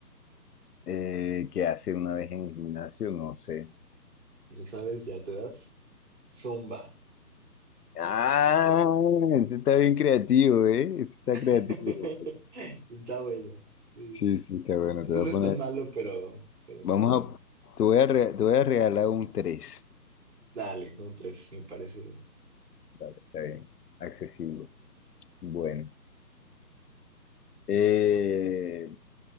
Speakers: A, on the left; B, on the right.
A: Eh, ¿qué hace una vez en el gimnasio? No sé.
B: ¿No sabes? ¿Ya te das? Zumba.
A: Ah, ese está bien creativo, ¿eh? Ese está
B: <laughs>
A: creativo.
B: Está bueno. Sí.
A: Sí, sí, está bueno,
B: Eso
A: te voy
B: no
A: a
B: es
A: poner.
B: tan malo, pero, pero está
A: Vamos
B: bueno.
A: a, te voy a, re- te voy a regalar un tres.
B: Dale, un tres, me parece. bien.
A: Dale, está bien, accesible. Bueno. Eh,